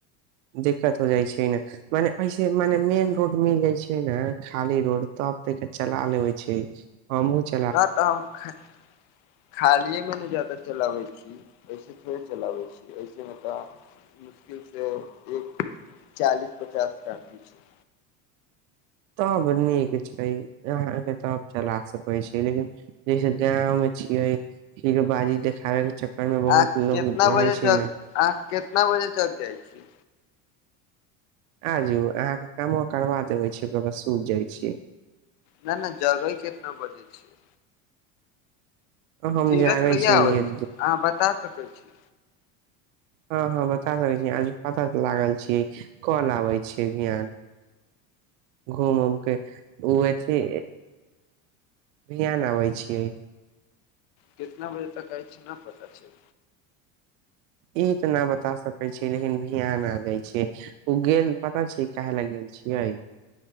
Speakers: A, on the right; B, on the left.
A: दिक्कत हो जाइ छै न मने ऐसे मने रोड मिल जाय छै ने खाली रोड तब त के चला लेबे छै हँ <unintelligible> <unintelligible>
B: राताम <unintelligible> <unintelligible> खालियए मे न जादा चलाबै छी ऐसे थोड़े चलाबै छी ऐसे मे तऽ मुश्किलसँ एक चालीस पचास का <unintelligible> दी छै
A: तब नीक छै अहाँ के तब चला सकै छै लेकिन जैसे गाँंव मे छियै खीरो बाजी देखाबै के च घर मे बहुत
B: अहाँ कितना
A: लोग रहै
B: बजे
A: छै
B: जग
A: न
B: अहाँ केतना बजे जग जाइ छीये
A: आ जु अहाँके कामो करबा देबे छीय ओकर बस सूत जाइ छीय
B: न न जगई कितना बजै छियै
A: हम
B: धीरज
A: जागे
B: कहिआ
A: छियै
B: होइ छै अहाँ बता सकै छी
A: हँ हँ बता सकै छी आज पता त लागल छियै कोल आबै छिय ध्यान घूमउमके ओ एथि बिहान अबै छी
B: केतना बजे तक अछि न पता छै
A: ई तऽ न बता सकै छिय लेकिन भियान आ जाय छिय ओ गेल पता छै काहा ले गेल छियै